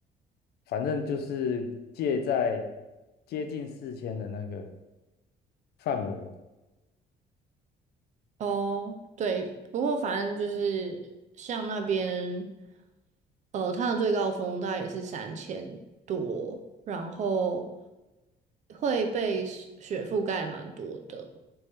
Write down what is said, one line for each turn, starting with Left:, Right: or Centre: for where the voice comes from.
Left: 反正就是介在接近四千的那个范围了。
Right: 哦，对，不过反正就是像那边，呃，它的最高峰大概也是三千多，然后会被雪雪覆盖蛮多的。